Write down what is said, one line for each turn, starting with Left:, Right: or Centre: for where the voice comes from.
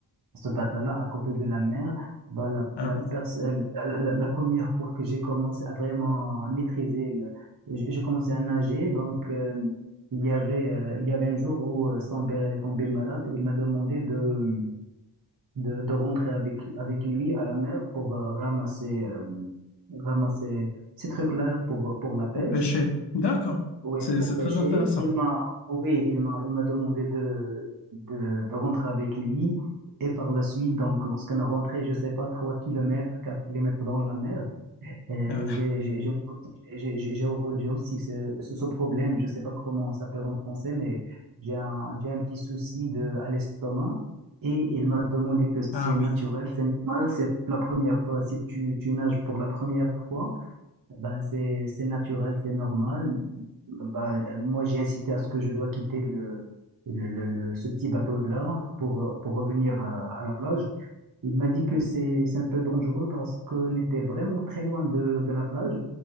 Right: à ce patin-là, à côté de la mer. Bah, la,
Left: Ah
Right: la,
Left: oui.
Right: pers- euh, la, la- la première fois que j'ai commencé à vraiment maîtriser le, j'ai j'ai commencé à nager, donc, euh, il y avait, euh, il y avait un jour où euh, son père il est tombé malade, il m'a demandé de de, de rentrer avec, avec lui à la mer pour euh, ramasser, euh, ramasser ces trucs-là pour, pour la pêche.
Left: Pour pêcher. D'accord.
Right: Oui,
Left: C'est,
Right: pour
Left: c'est
Right: pêcher.
Left: très intéressant.
Right: Il m'a, oui, il m'a, il m'a demandé de, de, de rentrer avec lui. Et par la suite, donc, lorsqu'on a rentré, je sais pas, 3 kilomètres, 4 kilomètres dans la mer, euh,
Left: Euh,
Right: j'ai j'ai- j'ai- j'ai- j'ai- j'ai- j'ai aussi ce, ce, ce problème, je sais pas comment on s'appelle en français, mais j'ai un, j'ai un petit souci de, à l'estomac et il m'a demandé que
Left: ah
Right: c'est naturel,
Left: oui,
Right: c'est normal, c'est la première fois, si tu, tu nages pour la première fois, ben, c'est, c'est naturel, c'est normal. Ben, moi, j'ai insisté à ce que je dois quitter le, le, le- le- ce petit bateau-là pour, euh, pour revenir à, à la plage. Il m'a dit que c'est, c'est un peu dangereux parce qu'on était vraiment très loin de, de la plage.